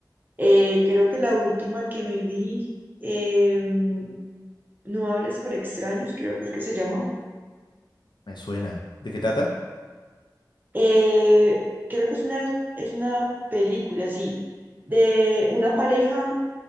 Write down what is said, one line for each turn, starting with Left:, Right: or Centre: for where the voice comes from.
Right: Eh, creo que la última que me vi, em, No hables con extraños, creo que es que se llama.
Left: Me suena. ¿De qué trata?
Right: Eh, creo que es una, es una película, sí, de una pareja.